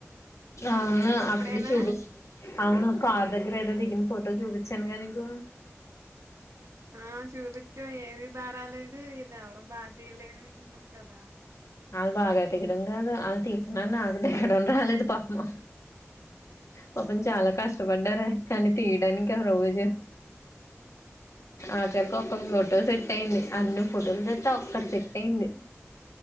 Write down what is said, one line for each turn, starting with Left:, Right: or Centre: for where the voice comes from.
Left: అవును
Right: అప్పుడేనా
Left: అప్పుడు చూపిం అవును కారు దగ్గరా ఎదో దిగిన ఫోటో చూపిం చానుగా నీకు.
Right: ఆ చూపిచ్చావు. ఏది బారాలేదు ఇది ఎవరు బాతియలేదు అన్నావ్ కదా.
Left: అలు బాగా <inaudible> తీయడం కాదు
Right: హ్మ్
Left: ఆల్ తీసి నాకు దేకడం రాలేదు పాపము. పాపం చాలా కష్టపడ్డారం కానీ తీడానికి ఒక రోజు ఆకరికి ఒకప్పు తో సెట్
Right: హ్మ్
Left: అయింది అను ఫోటోలు దెత్త ఒకటి సెట్ అయింది.